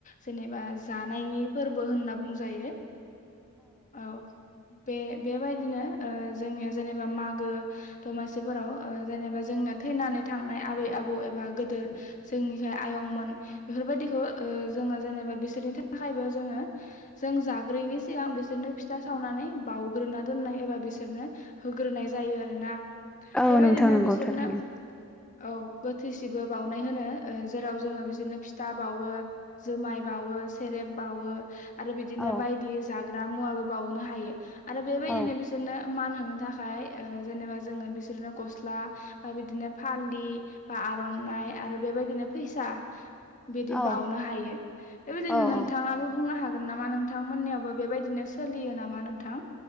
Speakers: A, on the left; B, in the centre.
A: जेनेबा जानायनि फोरबो होनना बुंजायो। औ बे-बेबायदिनो। ओ जोंनिया जेनेबा मागो दमासिफोराव जेनेबा जोंना थैनानै थांनाय आबै आ आबौ एबा गोदोर जोंनिखाय आयंमोन बेफोरबायदिखौ ओ जोङो जेनेबा बिसोरनि थाखायबो जोङो जों जाग्रोयिनि सिगां बिसोरनो फिथा सावनानै बाउग्रोना दोननाय एबा बिसोरनो होग्रोनाय जा यो आरोना
B: औ
A: बेबायदिनो
B: नोंथां नंगौ
A: बिसोरनो
B: थारैनो
A: औ गोथैसिबो बावनाय होनो ओ जेराव जोङो बिसोरनो फिथा बावो जुमाय बावो सेरेब बावो। आरो बिदिनो
B: औ
A: बायदि जाग्रा मुवाबो बावनो हायो आरो बेबायदिनो
B: औ
A: बिसोरनो मान होनो थाखाय ओ जेनेबा जोङो बिसोरनो गसला बा बिदिनो फालि बा आर'नाय आरो बेबायदिनो फैसा बिदि
B: औ
A: बावनो हायो बेबायदिनो
B: औ औ
A: नोंथाङाबो बुंनो हागोन गोन नामा नोंथांमोननियावबो बेबायदिनो सोलियो नामा नोंथां?